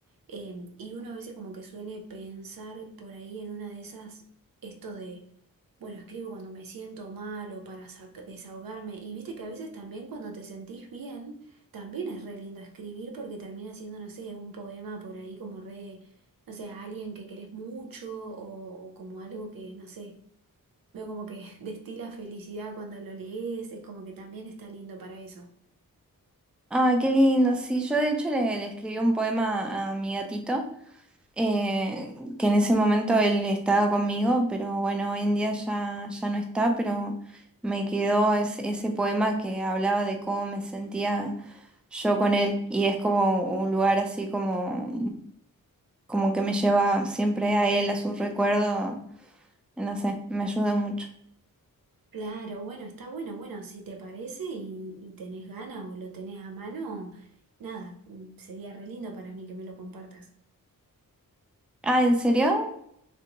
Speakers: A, on the right; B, in the centre.
A: Em, y uno a veces como que suele pensar por ahí en una de esas, esto de, bueno, escribo cuando me siento mal o para sac- desahogarme. Y viste que a veces también cuando te sentís bien, también es re lindo escribir porque termina siendo, no sé, un poema por ahí como re, no sé, a alguien que querés mucho o, o como algo que, no sé, veo como que <laughs> destila felicidad cuando lo lees, es como que también está lindo para eso.
B: Ay, qué lindo, sí, yo de hecho le, le escribí un poema a mi gatito. eh, que en ese momento él estaba conmigo, pero bueno, hoy en día ya, ya no está, pero me quedó ese, ese poema que hablaba de cómo me sentía yo con él y es como un lugar así como, como que me lleva siempre a él, a su recuerdo, no sé, me ayuda mucho.
A: Claro, bueno, está bueno, bueno, si te parece y, y tenés ganas o lo tenés a mano, nada, mm, sería re lindo para mí que me lo compartas.
B: Ah, ¿en serio?